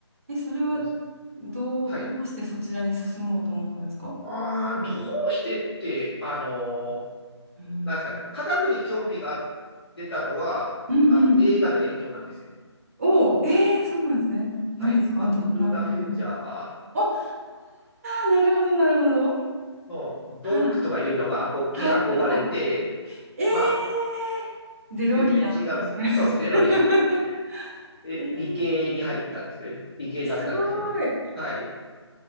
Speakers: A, on the right (about 30°); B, on the left (about 55°).
A: い。え、それは
B: もう
A: どう、
B: はい。
A: どうしてそちらに進もうと思ったんですか
B: あーどうしてって、あの
A: うん。
B: ーなんですかね、科学に興味が出たのは、
A: うんうん。
B: あの、映画の影響なんですよ。
A: おお、えー、そうなんですね。
B: はい。
A: 何ですかど、
B: バックトゥーザフューチャー
A: な、どんな。お、ああ、なるほど、なるほど。
B: のドックとかいうのがあこに憧れて、
A: はい、はい、はい。え
B: まあ、
A: ー、デロリアン。
B: 全然違うんですけど、
A: <laughs>
B: そうですね、デロリアンで。え、
A: えー、
B: 理系に入ったんですよね。理系になったんですよ。
A: すごい。へ
B: はい。